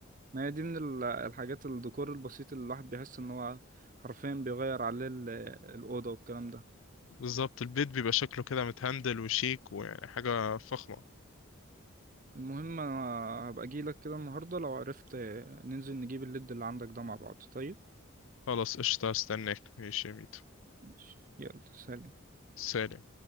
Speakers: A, on the right; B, on the left.
A: ما هي دي من ال- الحاجات الديكور البسيط اللي الواحد بيحس ان هو حرفيا بيغير عليه ال- الأوضة والكلام ده
B: بالظبط البيت بيبقى شكله كده متهندل وشيك وحاجه فخمه
A: المهم انا هبقى اجيلك كده النهارده لو عرفت ننزل نجيب الليد اللي عندك ده مع بعض طيب
B: خلاص قشطه استناك ماشي يا ميت
A: ماشي. يلا سلام
B: سلام